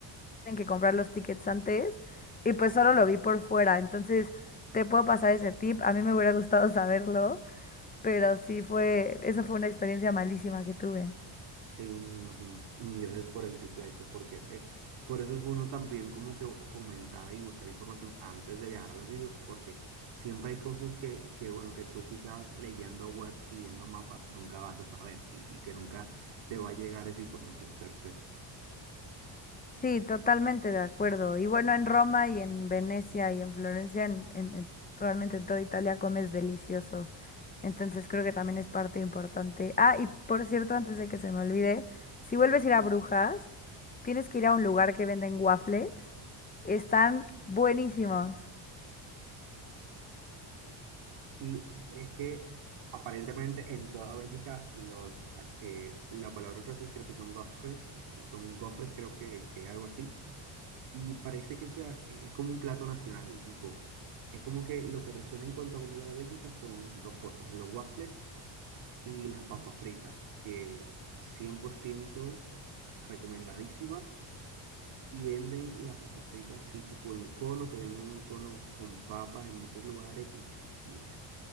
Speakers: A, on the left; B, on the right.
A: tienen que comprar los tickets antes y pues solo lo vi por fuera, entonces te puedo pasar ese tip, a mí me hubiera gustado <laughs> saberlo, pero sí fue, eso fue una experiencia malísima que tuve.
B: Sí, me imagino. Mm, Gracias por el tip, de hecho, porque eh, por eso es bueno también como que comentar y buscar información antes de viajar a los sitios, porque siempre hay cosas que, que, bueno, que tú quizás leyendo webs y viendo mapas nunca vas a saber y, y que nunca te va a llegar esa información per se.
A: Sí, totalmente de acuerdo. Y bueno, en Roma y en Venecia y en Florencia, en, en- en- realmente en toda Italia comes delicioso. Entonces creo que también es parte importante. Ah, y por cierto, antes de que se me olvide, si vuelves a ir a Brujas, tienes que ir a un lugar que venden waffles. Están buenísimos.
B: Y es que aparentemente en toda Bélgica los, eh, la palabra en francés creo que son gofres, son gofres creo que, que algo así Y parece que eso es, es como un plato nacional, tipo. Es como que lo que resuena en cuanto a comida de Bélgica son dos cosas, los waffles y las papas fritas, que 100% recomendadísimas. Y venden las papas fritas así tipo en cono, te venden un cono con papas en muchos lugares y, y, y-